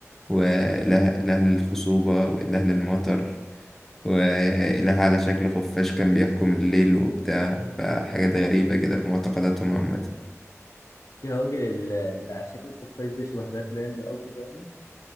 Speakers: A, in the centre; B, on the left.
A: وإله إله للخصوبة وإله للمطر وإله على شكل خفاش كان بيحكم الليل وبتاع فحاجات غريبة كده في معتقداتهم عامة
B: يا راجل ال- اللي على شكل الخفاش ده شبه باتمان بقى وكده يعني